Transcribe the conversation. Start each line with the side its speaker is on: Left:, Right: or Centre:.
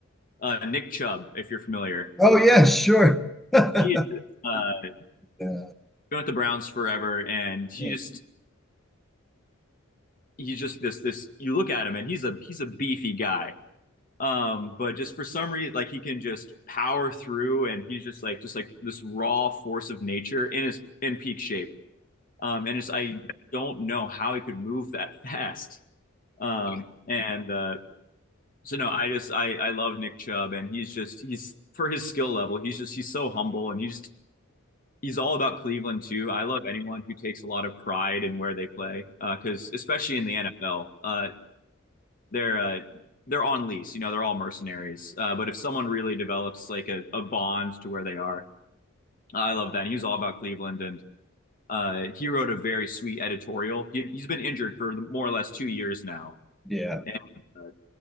Left: uh, Nick Chubb, if you're familiar.
Centre: Oh yeah, sure. <laughs> yeah,
Left: He is, uh,
Centre: yeah,
Left: been with the Browns forever, and he
Centre: yeah.
Left: just he's just this this. You look at him, and he's a he's a beefy guy. Um, but just for some reason, like he can just power through, and he's just like just like this raw force of nature in his in peak shape. Um, and just I don't know how he could move that <laughs> fast. Um, and uh, so no, I just I I love Nick Chubb, and he's just he's for his skill level, he's just he's so humble, and he just he's all about Cleveland too. I love anyone who takes a lot of pride in where they play, because uh, especially in the NFL, uh, they're uh, they're on lease. You know, they're all mercenaries. Uh, but if someone really develops like a, a bond to where they are, I love that. And he all about Cleveland, and uh, he wrote a very sweet editorial. He, he's been injured for more or less two years now,
Centre: yeah.
Left: and uh,